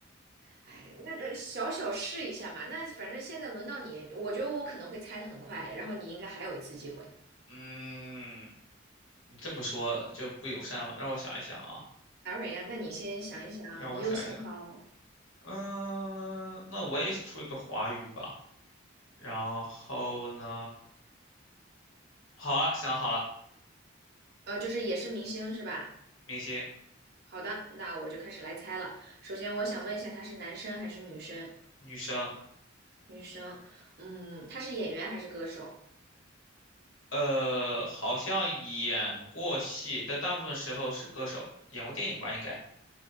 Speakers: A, on the right; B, on the left.
A: 哎，那呃小小试一下嘛。那反正现在轮到你，我觉得我可能会猜的很快，然后你应该还有一次机会。
B: 嗯，你这么说就不友善了。让我想一想啊，
A: 达瑞呀，啊，那你先想一想，
B: 让我想想。
A: 你又想好，
B: 嗯，那我也出一个华语吧。然后呢，好了，想好了，
A: 呃，就是也是明星是吧？
B: 明星，
A: 好的，那我就开始来猜了。首先，我想问一下，他是男生还是女生？
B: 女生，
A: 女生，嗯，她是演员还是歌手？
B: 呃，好像演过戏，但大部分时候是歌手，演过电影吧，应该。